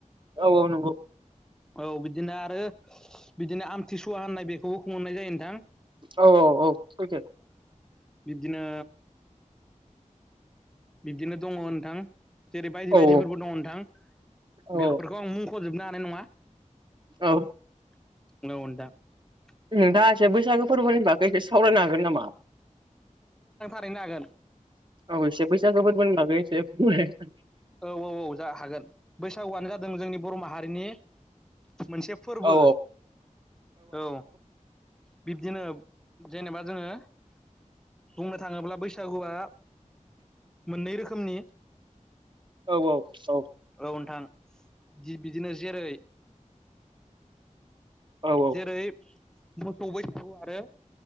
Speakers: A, on the right; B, in the centre.
A: औ औ नंगौ
B: औ बिदिनो आरो बिदिनो आमथिसुवा होननाय बेखौबो खुंनाय जायो नोंथां।
A: औ औ औ सैथो।
B: बिब्दिनो बिब्दिनो दङ नोंथां। जेरै बायदि बायदिफोरबो
A: औ
B: दङ नोंथां।
A: औ
B: बेफोरखौ आं मुं ख'जोबनो हानाय नङा।
A: औ।
B: <unintelligible>
A: नोंथाङा एसे बैसागो फोरबोनि बागै एसे सावरायनो हागोन नामा?
B: <unintelligible> नो हागोन।
A: औ एसे बैसागो फोरबोनि बागै एसे बुंलाय।
B: औ औ औ जा हागोन बैसागुआनो जादों जोंनि बर माहारिनि मोनसे फोर्बो
A: औ
B: औ। बिबदिनो जेनेबा जोङो बुंनो थाङोब्ला बैसागुआ मोननै रोखोमनि
A: औ औ औ।
B: औ नोंथां जि बिदिनो जेरै
A: औ
B: जेरै मोखौ बैसागु आरो